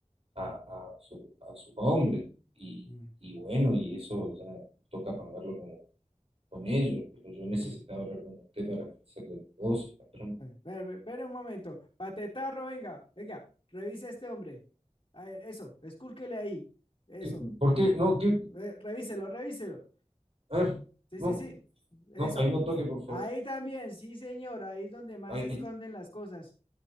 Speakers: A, on the right; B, on the left.
A: a, a, su, a sus hombres. Y,
B: mm,
A: y bueno, y eso ya toca pagarlo con, con ellos, pero yo necesitaba
B: <clears throat>
A: hablar con usted para hacerle el negocio, patrón.
B: Espera espera un momento. Patetarro, venga, venga, revisa a este hombre. A ver, eso, escúlquele ahí. Eso.
A: ¿Qué- ¿Por qué? No, ¿qué,
B: Re- revíselo, revíselo.
A: A ver,
B: Sí,
A: no,
B: sí, sí. Eso.
A: no, ahí no toque, por favor.
B: Ahí también, sí, señor. Ahí es donde más
A: Ahí,
B: se esconden las cosas.